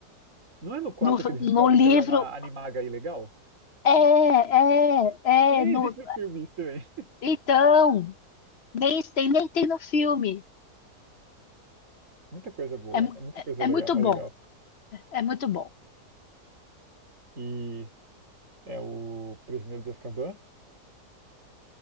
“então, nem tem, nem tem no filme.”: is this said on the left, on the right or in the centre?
Left